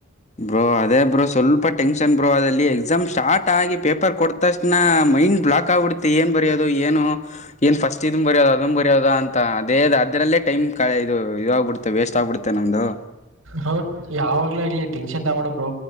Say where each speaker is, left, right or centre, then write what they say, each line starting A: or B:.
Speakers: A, on the left; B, on the right.
A: ಬ್ರೋ ಅದೇ ಬ್ರೋ ಸ್ವಲ್ಪ ಟೆನ್ಷನ್ ಬ್ರೋ ಅಲ್ಲಿ ಎಕ್ಸಾಮ್ ಸ್ಟಾರ್ಟ್ ಆಗಿ ಪೇಪರ್ ಕೊಟ್ಟ ತಕ್ಷಣ ಮೈಂಡ್ ಬ್ಲಾಕ್ ಆಗ್ಬಿಡತ್ತೆ ಏನ್ ಬರಯೋದು ಏನು ಏನ್ ಫಸ್ಟ್ ಇದ ಬರಯೋದು ಅದಮ್ ಬರಿಯೋದ ಅಂತ ಅದೇ ಅದರಲ್ಲೇ ಟೈಮ್ ಇದು ಇದು ಆಗ್ಬಿಡುತ್ತೆ ವೇಸ್ಟ್ ಆಗ್ಬಿಡುತ್ತೆ ನಮ್ದು
B: ಹೌ ಯಾವಾಗ್ಲ ಆಗ್ಲಿ ಟೆನ್ಶನ್ ಚಿಂತಾ ಮಾಡು ಬ್ರೋ